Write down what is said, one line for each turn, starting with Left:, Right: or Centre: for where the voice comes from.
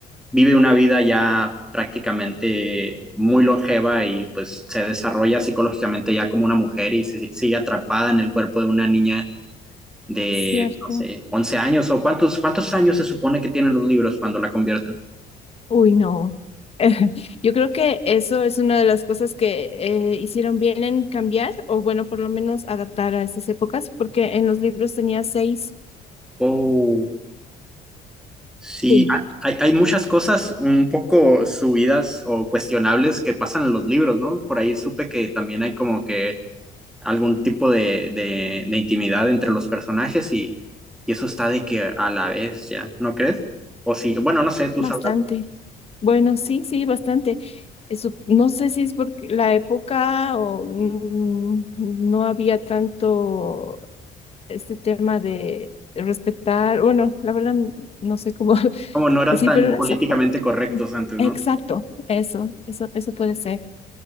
Centre: vive una vida ya prácticamente muy longeva y pues se desarrolla psicológicamente ya como una mujer y se sigue atrapada en el cuerpo de una niña de,
Left: Es Cierto.
Centre: no sé, 11 años o cuántos, cuántos años se supone que tienen los libros cuando la convierten.
Left: Uy, no. <laughs> Yo creo que eso es una de las cosas que eh, hicieron bien en cambiar, o bueno, por lo menos adaptar a estas épocas, porque en los libros tenía seis.
Centre: Oh. Sí,
Left: Sí,
Centre: ha- hay, hay muchas cosas un poco subidas o cuestionables que pasan en los libros, ¿no? Por ahí supe que también hay como que algún tipo de, de, de intimidad entre los personajes y, y eso está de que a la vez, ¿ya? ¿No crees? O sí, bueno, no sé, tú
Left: bastante.
Centre: sabrás,
Left: Bueno, sí, sí, bastante. Eso, no sé si es porque la época o mm, no había tanto este tema de respetar, bueno, la verdad no sé cómo <laughs>
Centre: como no eran
Left: decir,
Centre: tan
Left: pero en
Centre: políticamente
Left: esa pa-
Centre: correctos antes,
Left: Exacto,
Centre: ¿no?
Left: eso, eso, eso puede ser.